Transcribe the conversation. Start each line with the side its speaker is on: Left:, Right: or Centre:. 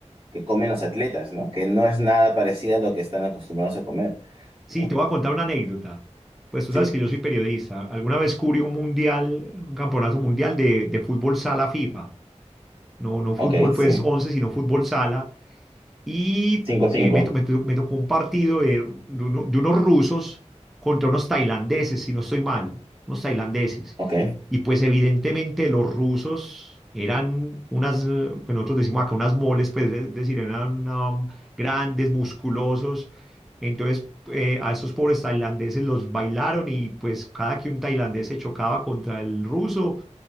Right: que comen los atletas, ¿no? Que no es nada parecida a lo que están acostumbrados a comer,
Centre: sí,
Right: ¿no?
Centre: te voy a contar una anécdota. Pues tú
Right: Sí,
Centre: sabes que yo soy periodista. Alguna vez cubrí un mundial, un campeonato mundial de, de fútbol sala FIFA. No, no fútbol
Right: ok, sí.
Centre: pues 11, sino fútbol sala. Y
Right: cinco
Centre: eh,
Right: cinco
Centre: me, to- me to- me tocó un partido de, de uno- de unos rusos contra unos tailandeses, si no estoy mal, unos tailandeses.
Right: ok,
Centre: Y pues evidentemente los rusos eran unas, eh, pues nosotros decimos acá unas moles, pues es decir, eran um, grandes, musculosos. Entonces eh, a esos pobres tailandeses los bailaron y pues cada que un tailandés se chocaba contra el ruso,